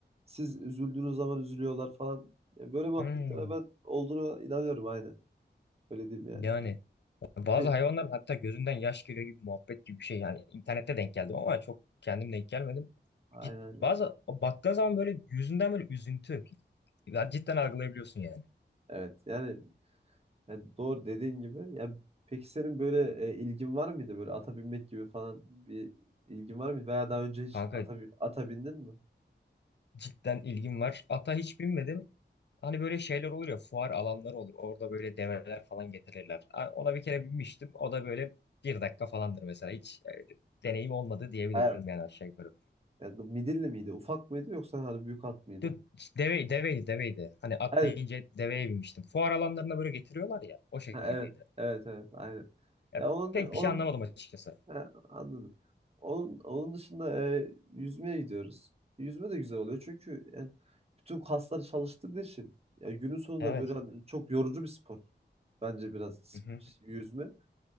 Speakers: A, on the right (about 35°); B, on the left (about 70°).
A: siz üzüldüğünüz zaman üzülüyorlar falan. Ya böyle muhabbetlere
B: Hmm.
A: ben olduğunu inanıyorum aynen. Öyle diyeyim yani.
B: Yani bazı
A: De-
B: hayvanların hatta gözünden yaş geliyor gibi muhabbet gibi bir şey. Yani internette denk geldim ama çok kendim denk gelmedim.
A: Aynen.
B: Cid-
A: aynen.
B: bazı baktığın zaman böyle yüzünden böyle üzüntü. Ya cidden algılayabiliyorsun yani.
A: Evet. Yani, yani doğru dediğin gibi. Ya peki senin böyle e, ilgin var mıydı böyle ata binmek gibi falan bir ilgin var mıydı veya daha önce hiç
B: Kanka
A: ata, bi- ata bindin mi?
B: cidden ilgim var. Ata hiç binmedim. Hani böyle şeyler olur ya fuar alanları olur. Orada böyle develer falan getirirler. A- Ona bir kere binmiştim. O da böyle bir dakika falandır mesela. Hiç e, deneyim olmadı diyebilirim
A: Hayır,
B: yani aşağı yukarı.
A: Ya, midilli miydi? Ufak mıydı yoksa hani büyük at mıydı?
B: Dö- Deve, deveydi deveydi. Hani atlayınca
A: Evet.
B: deveye binmiştim. Fuar alanlarına böyle getiriyorlar ya. O şekildeydi.
A: Ha, evet. Evet evet aynen.
B: Ya,
A: Ya onun
B: pek
A: onun
B: bir şey anlamadım açıkçası.
A: ha, anladım. Onun onun dışında e, yüzmeye gidiyoruz. Yüzme de güzel oluyor çünkü yani bütün kasları çalıştırdığı için ya günün sonunda
B: Evet.
A: böyle hani çok yorucu bir spor. Bence biraz
B: Hı hı.
A: s- yüzme.